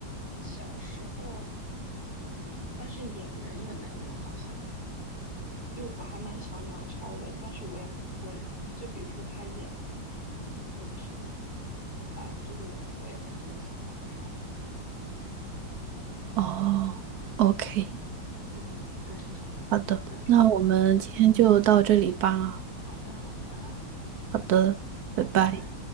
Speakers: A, on the left; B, on the right.
A: 小时候，但是演员也没有，好像。就我还蛮喜欢梁朝伟的，但是我也不会，就比如说他演那个什么《摆渡人》，我也不会想要看。
B: 哦，OK，
A: 嗯，对，
B: 好的，
A: 好的，
B: 那我们今天就到这里吧。
A: 那我们好的好的，
B: 好的，
A: 拜拜。
B: 拜拜。